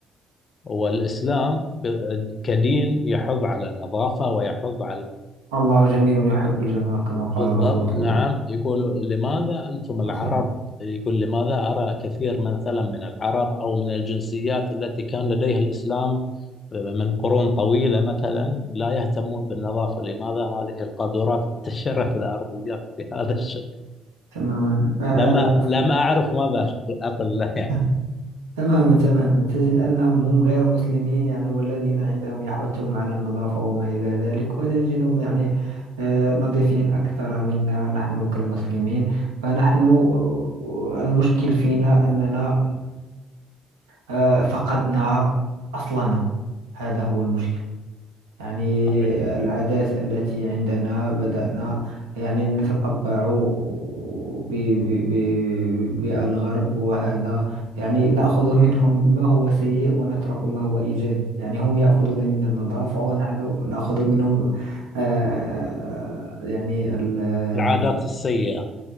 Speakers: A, on the left; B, on the right.
A: هو الإسلام ب- كدين يحض على النظافة ويحض على ال-
B: الله جميل يحب الجمال كما قال
A: بالضبط
B: رسول الله
A: نعم
B: صلى الله
A: يقول لماذا أنتم العرب
B: عليه وسلم
A: يقول لماذا أرى كثير مثلا من العرب أو من الجنسيات التي كان لديها الإسلام من قرون طويلة مثلا لا يهتمون بالنظافة لماذا هذه القاذورات منتشرة في الأرضيات بهذا الشكل
B: تماما فهذا
A: لما
B: ف...
A: لم أعرف ماذا أقول له يعني
B: <laughs> تماما تماما تجد أنهم هم غير مسلمين يعني والذين عندهم يحثهم على النظافة وما إلى ذلك وتجدهم يعني آه، نظيفين أكثر منا نحن كالمسلمين فنحن آه، المشكل فينا أننا آه، فقدنا أصلنا هذا هو المشكل يعني
A: صحيح
B: العادات التي عندنا بدأنا يعني نتطبع ب- ب- ب- بالغرب وهذا يعني نأخذ منهم ما هو سيء ونترك ما هو إيجابي يعني هم يأخذون منا النظافة ونحن نأخذ منهم آه يعني ال-
A: العادات السيئة